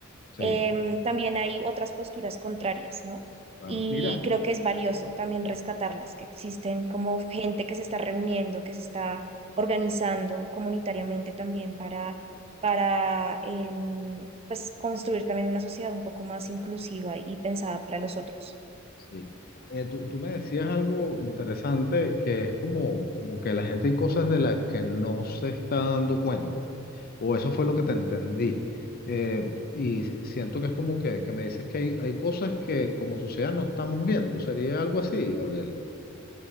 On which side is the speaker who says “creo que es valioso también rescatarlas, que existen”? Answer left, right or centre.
Right